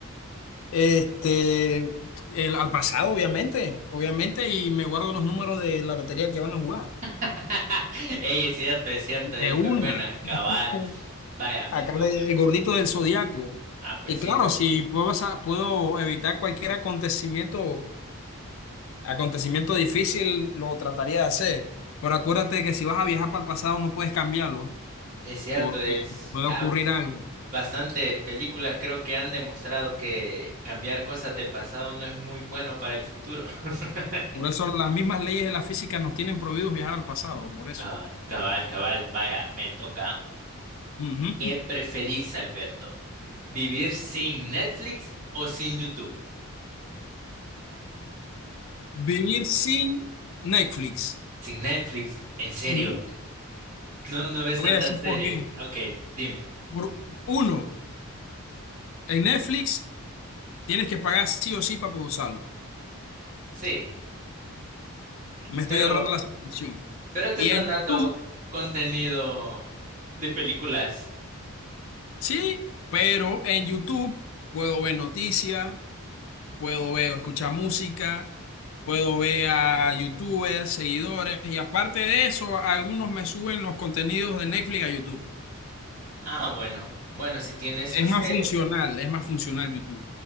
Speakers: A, on the left; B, on the right.
A: Este, el, al pasado, obviamente, obviamente, y me guardo los números de la lotería que van a jugar.
B: <laughs> Ey, es cierto, es cierto,
A: De
B: es
A: una.
B: bu- buena, cabal.
A: Sí.
B: Vaya, me
A: Acá
B: toca.
A: le- el gordito del zodiaco.
B: Ah, pues
A: Y
B: sí,
A: claro,
B: pues.
A: si puedo, sa- puedo evitar cualquier acontecimiento, acontecimiento difícil, lo trataría de hacer. Pero acuérdate que si vas a viajar para el pasado no puedes cambiarlo,
B: Es cierto,
A: porque
B: es
A: puede
B: ah,
A: ocurrir algo.
B: bastante películas creo que han demostrado que cambiar cosas del pasado no es muy bueno para el futuro. <laughs>
A: Por eso las mismas leyes de la física nos tienen prohibidos viajar al pasado, por eso.
B: Cabal, cabal, cabal. Vaya, me toca.
A: Ujú.
B: ¿Qué preferís, Alberto? ¿Vivir sin Netflix o sin YouTube?
A: Vivir sin Netflix.
B: Sin Netflix, en serio.
A: Ujú.
B: No, no ves
A: Te voy
B: tantas
A: a decir
B: series.
A: por qué.
B: Ok, dime.
A: Por uno, en Netflix tienes que pagar sí o sí para poder usarlo.
B: Sí,
A: Me
B: pero,
A: estoy ahorrando la suscripción.
B: pero te
A: Y
B: están
A: en YouTube,
B: dando contenido de películas.
A: sí, pero en YouTube puedo ver noticias, puedo ver, escuchar música, puedo ver a YouTubers, seguidores, y aparte de eso, algunos me suben los contenidos de Netflix a YouTube.
B: Ah, bueno, bueno, si tienes
A: Es
B: ese,
A: más funcional, es más funcional YouTube.